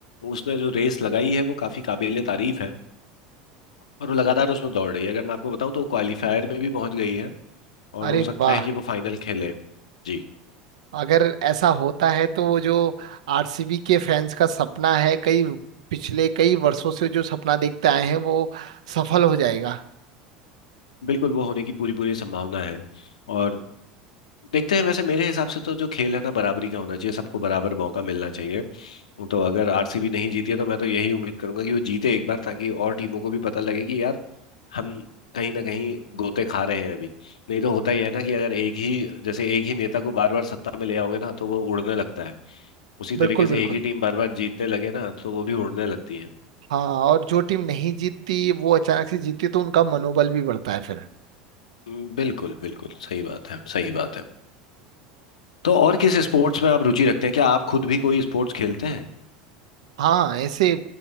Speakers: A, on the left; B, on the right.
A: उसने जो रेस लगाई है वो काफ़ी काबिले तारीफ है और वो लगातार उसमें दौड़ रही है अगर मैं आपको बताऊं तो क्वालिफायर में भी पहुंच गई है और
B: अरे
A: हो सकता
B: वाह
A: है कि वो फाइनल खेले जी
B: अगर ऐसा होता है तो वो जो आरसीबी के फैंस का सपना है कई पिछले कई वर्षों से जो सपना देखते आए हैं वो सफल हो जाएगा
A: बिल्कुल वो होने की पूरी पूरी संभावना है और देखते हैं वैसे मेरे हिसाब से तो जो खेल है ना बराबरी का होना चाहिए सबको बराबर मौका मिलना चाहिए तो अगर आरसीबी नहीं जीती है तो मैं तो यही उम्मीद करूंगा कि वो जीते एक बार ताकि और टीमों को भी पता लगे कि यार हम कहीं ना कहीं गोते खा रहे हैं अभी नहीं तो होता ही है ना कि अगर एक ही जैसे एक ही नेता को बार बार सत्ता में ले आओगे ना तो वो उड़ने लगता है उसी तरीके
B: बिल्कुल
A: से
B: बिल्कुल
A: एक ही टीम बार बार जीतने लगे ना तो वो भी उड़ने लगती है
B: हाँ और जो टीम नहीं जीतती वो अचानक से जीतती तो उनका मनोबल भी बढ़ता है फिर
A: हम्म, बिल्कुल बिल्कुल सही बात है सही बात है तो और किस स्पोर्ट्स में आप रुचि रखते हैं क्या आप खुद भी कोई स्पोर्ट्स खेलते
B: हाँ ऐसे